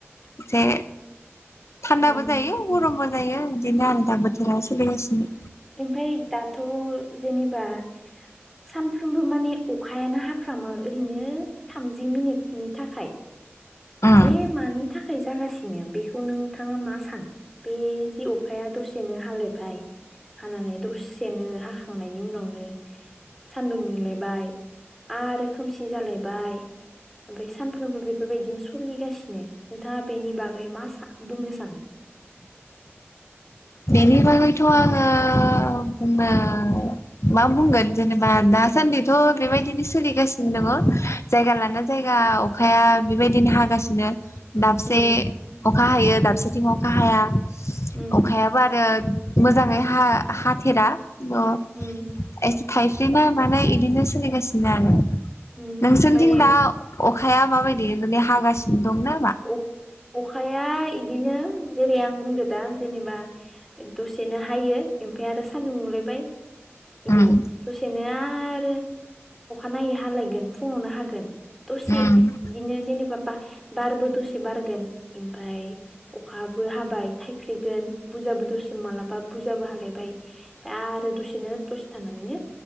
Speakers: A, on the left (about 80°); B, in the centre.
A: एसे थान्दाबो
B: उम
A: जायो गरमबो जायो इदिनो आरो दा बोथोराव सोलिगासिनो।
B: ओमफ्राय दाथ' जेनेब बा सानफ्रामबो माने अखायानो हाफ्रामो ओरैनो थामजि मिनिटनि थाखाय।
A: उम
B: बे मानि थाखाय जागासिनो बेखौ नों थाङा मा सानो? बे जे अखाया दसेनो हालायबाय हानानै दसेनो हाखांनायनि उनावनो सानदुं दुंलायबाय आरो खोमसि जालायबाय ओमफ्राय सानफ्रोमबो बेफोरबायदिनो स सोलिगासिनो नोंथाङा बेनि बागै मा सा बुंनो सानो।
A: बेनि बागैथ' आङो बुंनो मा बुंगोन जेनेबा दासान्दिथ' बेबायदिनो सोलिगासिनो दङ जायगा लाना जायगा अखाया बेबायदिनो हागासिनो। दाबसे
B: उम
A: अखा हायो दाबसेथिं अखा हाया।
B: उम
A: अखायाबो आरो मोजाङै हा-हाथेरा अ
B: उम
A: ए थाइफ्रिनाय मानाय एदिनो सोलिगासिनो आरो
B: उम
A: नोंसोरनिथिं
B: माने
A: दा अखाया माबाय देे हागासिनो दं नामा?
B: अ अखाया अखाया बिदिनो जेरै आं बुंदो दा जेनेबा दसेनो हायो ओमफाय आरो सान्दुं दुंलायबाय बिदि
A: उम
B: दसेनो आरो अखानायै हालायगोन फुङावनो हागोन दसे
A: उम
B: बिदिनो जेनेबा बा बारबो दसे बारगोन ओमफ्राय अखाबो हाबाय थाइफ्रिगोन बुरजाबो दसे मालाबा बुरजाबो हालायबाय आरो दसेनो दसे थनानैनो